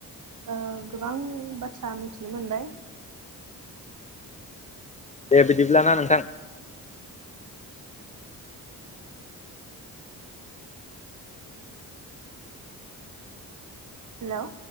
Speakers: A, on the right; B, on the left.
A: ओ गोबां बाथ्रा मिथिनो मोनबाय।
B: दे बिदिब्लााना नोंथां।
A: हेल'।